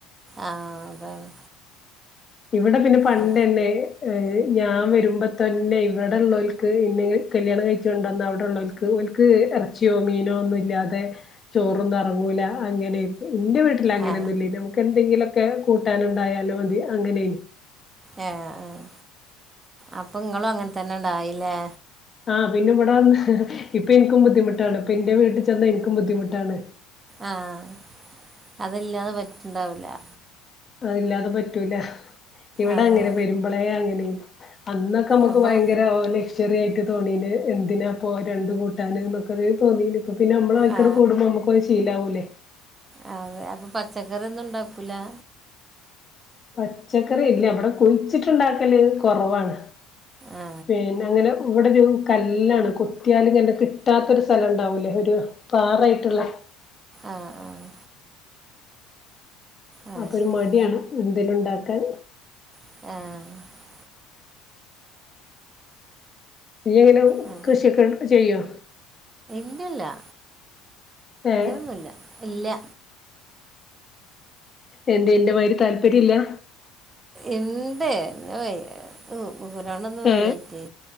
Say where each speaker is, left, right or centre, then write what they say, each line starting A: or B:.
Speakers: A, on the right; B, on the left.
A: ആഹ് അതാണ്
B: ഇവിടെ പിന്നെ പണ്ടന്നെ
A: ആ
B: ഏഹ് ഞാൻ വരുമ്പോ തന്നെ ഇവിടെ ഇള്ളോൽക്ക് ഇന്നേ കല്യാണം കഴിച്ചോണ്ടന്ന അവിടെ ഇള്ളോൽക്ക് ത് ഓൽക്ക് എറച്ചിയോ മീനോ ഒന്നും ഇല്ലാതെ ചോറൊന്നും എറങ്ങൂലാ അങ്ങനായിട്ട് ഇന്റെ വീ ലങ്ങനൊന്നുല്യേനു
A: ആ
B: നമ്മക്ക് എന്തെങ്കിലൊക്കെ കൂട്ടാനുണ്ടായാലോ മതി അങ്ങനേയിനു
A: ഏഹ് ആഹ് അപ്പൊ ഇങ്ങളും അങ്ങനെ തന്നെണ്ടായില്ലേ
B: ആഹ് പിന്നെ ഇവിടെ വന്ന് ഇപ്പൊ ഇൻക്കും ബുദ്ധിമുട്ടാണ് ഇപ്പ ഇന്റെ വീട്ടി ചെന്നാ ഇൻക്കും ബുദ്ധിമുട്ടാണ്
A: ആഹ് അതല്ലാതെ പറ്റ്ണ്ടാവൂല്ലാ
B: അതില്ലാതെ പറ്റൂലാ ഇവിടെ
A: അതെ
B: അങ്ങനെ വെരുമ്പളേ അങ്ങനേനു അന്നൊക്കെ നമ്മക്ക്
A: അപ്പോൾ
B: ഭയങ്കര ഓലെഷ് ചെറിയായിട്ട് തോന്നീന് എന്തിനാപ്പോ രണ്ടു കൂട്ടാന് നൊക്കെ ഒര് തോന്നീന് അപ്പ പിന്നെ നമ്മളെ ആയിക്ക്
A: ആ
B: അങ്ങട് കൂടുമ്പോ നമുക്കത് ശീലാവൂല്ലേ
A: ആഹ് അതെ അപ്പൊ പച്ചക്കറിയൊന്നും ഇണ്ടാക്കൂലാ
B: പച്ചക്കറി ഇല്ല ഇവിടെ കുഴിച്ചിട്ട്ണ്ടാക്കല് കൊറവാണ്
A: ആ
B: പിന്നങ്ങനെ ഇവിടെ ഒരു കല്ലാണ് കുത്തിയാല്ങ്ങനെ കിട്ടാത്ത ഒരു സ്ഥലണ്ടാവൂലേ ഒരു പാറായിട്ട്ള്ളെ
A: ആഹ് ആഹ് ആ
B: അപ്പൊ ഒരു
A: ശരി
B: മടിയാണ് എന്തേലും ഇണ്ടാക്കാൻ
A: ആഹ്
B: ഇയ്യെങ്ങനെ
A: ആ
B: കൃഷിയൊക്കെ എട് ചെയ്യോ?
A: ഇല്ലല്ലാ
B: ഏഹ്
A: ന്നുല്ലാ ഇല്ലാ
B: എന്ത് ഇന്റെ മാരി താല്പര്യം ഇല്ലാ
A: ഇണ്ട് പിന്നെ വയ്യായിറ്റും ഊരണ്ടൊന്നും വയ്യായിറ്റേ
B: ഏ